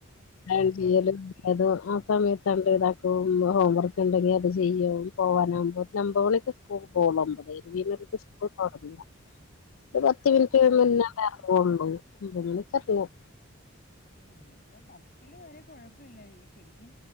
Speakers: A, on the left; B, on the left.
A: അയൺ ചെയ്യലും അത്‌ ആം സമയത്താണ്ട്താക്ക പോവുമ്പോ ഹോം വർക്ക് ണ്ടെങ്കി അത് ചെയ്യും പോവാനകുമ്പോത്തിന് ഒമ്പമണിക്ക്‌ സ്കൂൾക്ക്‌ പോണം ഒമ്പതേ <unintelligible> സ്കൂൾ തൊടങ്ങാ ഒരു പത്ത് മിൻറ്റ്
B: ഉം
A: മുന്നാണ്ടെറാങ്ങുള്ളൂ എന്തെങ്കിലു <unintelligible>
B: ഉം ഇപ്പ പത്തില് വരേ കുഴപ്പമില്ല ശരിക്കും